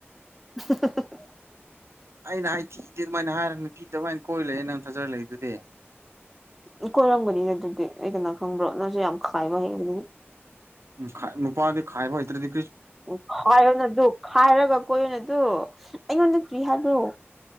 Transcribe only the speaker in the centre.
<inaudible>
ꯎ ꯀꯣꯏꯔꯝꯒꯅꯤ ꯑꯗꯨꯗꯤ ꯑꯩ ꯀꯅꯥꯣ ꯈꯪꯕ꯭ꯔꯣ ꯅꯪꯁꯨꯦ ꯌꯥꯝ ꯈꯥꯏꯕ ꯍꯩꯕꯗꯨꯅꯤ
ꯎ ꯈꯥꯏꯌꯣꯅ ꯑꯗꯨ ꯈꯥꯏꯔꯒ ꯀꯣꯏꯔꯣꯅ ꯑꯗꯨ ꯑꯩꯉꯣꯟꯗ ꯀ꯭ꯔꯤ ꯍꯥꯏꯕ꯭ꯔꯣ